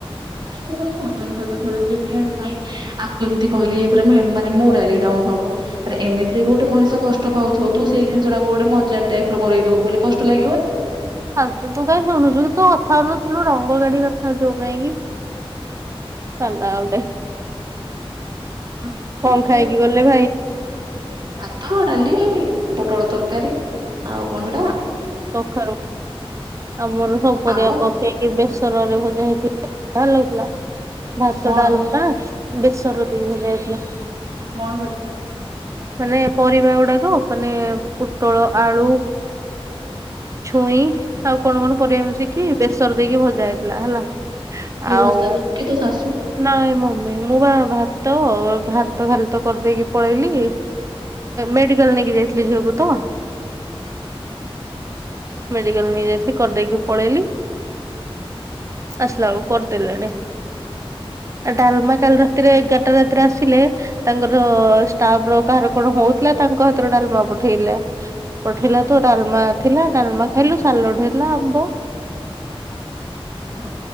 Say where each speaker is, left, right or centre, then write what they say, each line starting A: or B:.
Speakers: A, on the right; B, on the right.
A: ମାନେ ମୁଁତ ଖେୁଛି ନାଇଁ ଆକୁ ଏମିତି କହିଲି ମାନେ ମୋ ରାଲି ଡାଉନ ହବ। ଆରେ ଏମିତିରେ ବି ଗୋଟେ ମଣିଷ କଷ୍ଟ ପାଉଥିବ ତୁ ସେଇ ଜିନିଷ ଟାକୁ ଗୋଟେଜାକ ଟାଇପ ର କଇଦବୁ ବୋ କଷ୍ଟ ଲାଗିବନି।
B: ଆା ତୁ ତୁ କାଇହିଁ ଶୁଣୁଛୁ କି ତୁ କଥା ହଉନଥିଲୁ ରଙ୍ଗ ଗାଡିୀ ରଖା ଯୋଉ ପାଇଁ କି ଚାଲା ଆଟେ
A: କହୁନଥିଲି ଯେ
B: କଣ
A: ହେଲେ
B: ଖାଇକି ଗଲେ ଭାଇ।
A: ଭାତ ଡାଲି ପୋଟଳ ତରକାରୀ ଆଉ କଣ ସେଟା
B: କଖାରୁ ଆମର ସ ପରିବ
A: ଆମ୍ବ
B: ବେସରରେ ମଜା ହେଇଥିଲା ଲଥିଲା ଭାତ
A: କଣ
B: ଡାଲ ହ ବେଶର ଦେଇ ହେ ଯାଇଥିଲା।
A: କଣ ବ
B: ମାନେ ପରିବା ଗୁଡାକ ମାନେ ପୋଟଳ ଆଳୁ ଛୁଇଁ ଆଉ କଣ କଣ ପରିବା ମିଶିକି ବେସର ଦେଇକି ଭଜା ହେଇଥିଲା ହେଲା।
A: ହେ
B: ଆଉ
A: ଭସଲା ତୁ କି ତୁ ସ ଆସୁ <unintelligible>
B: ନାଇଁ ମମି ମୁଁ ବା ଭାତ ଭାତ ଖାଲି ତ କରିଦେଇକି ପଳେଇଲି ମେଡିକାଲ ନେଇକି ଯାଇଥିଲି ଝିଅକୁ ତ। ମେଡିକାଲ ନେଇ ଯାଇଥିଲି କରିଦେଇକି ପଳେଇଲି। ଆସିଲା ବେଳକୁ କରିଦେଲେଣି ଆ ଡାଲମା କାଲି ରାତିରେ ଏଗାରଟା ରାତି ତ୍ରା ଆସିଲେ ତାଙ୍କର ଷ୍ଟାଫ ର କାହାର କଣ ହଉଥିଲା ତାଙ୍କ ହାତରେ ଡାଲମା ପଠେଇଲା। ପଠେଇଲା ତ ଡାଲମା ଥିଲା ଡ଼ାଲମା ଖାଇଲୁ ସାଲଟ ହେଇଥିଲା ଆମ୍ବ।
A: ହଁ